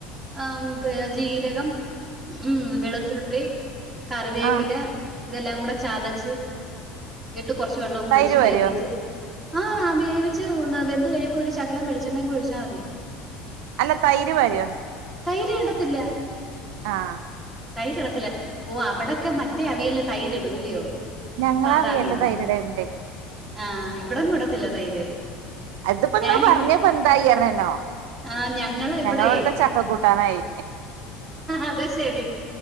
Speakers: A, in the centre; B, on the right (about 80°).
A: ആഹ് പി ജീരകം ഉം വെളുത്തുള്ളി, കറിവേപ്പില
B: ആഹ്
A: ഇതെല്ലാം കൂടെ ചതച്ച് ഇട്ട് കൊറച്ച് വെള്ളോം കൂടി
B: തൈര്
A: ഒഴിച്ച്
B: പാരോ
A: വേവിച്ച്. ആഹ് വാ വേവിച്ച് ന്ന് വെന്ത് കഴിയുമ്പോ ഒരു ശകലം വെളിച്ചെണ്ണേംകൂടി ഒഴിച്ചാ തി.
B: അല്ല തൈര് പാരോ?
A: തൈര് ഇടത്തില്ല.
B: ആഹ്!
A: തൈര്ടത്തില്ല. ഓഹ് അവിടൊക്കെ മറ്റേ അവിയലിന് തൈരിടൂ ല്യോ.?
B: ഞങ്ങള്
A: സാധാ
B: അവിയലില്
A: അവിയല്.
B: തൈര് ഇടല്ണ്ട്
A: ആഹ് ഇവിടെങ്ങും ഇടത്തില്ല തൈര്.
B: അതിപ്പോ ങ്ങള്
A: ഞാനേ
B: പറഞ്ഞ പ്പോ എന്തായിഅറേനോ
A: ആഹ് ഞങ്ങള്
B: ഞങ്ങളിവിടുത്തെ
A: ഇവിടെ
B: ചക്ക കൂട്ടാനായി.
A: അത് ശെരി.